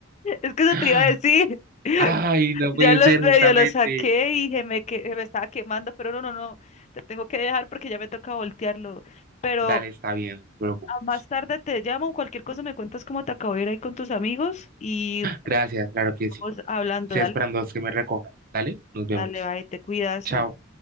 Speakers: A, on the left; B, on the right.
A: Es que eso
B: <gasps>
A: te iba a decir. <laughs>
B: Ay, no puede
A: Ya los
B: ser
A: medio
B: justamente.
A: los saqué y se me, que, se me estaba quemando, pero no, no, no, te tengo que dejar porque ya me toca voltearlo. Pero
B: Dale, está bien, no te preocupes.
A: a más tarde te llamo, cualquier cosa me cuentas cómo te acabó de ir ahí con tus amigos y
B: Gracias, claro que sí.
A: vamos hablando,
B: Estoy
A: dale,
B: esperando a que me recojan. Dale, nos vemos.
A: dale, bye, te cuidas.
B: Chao.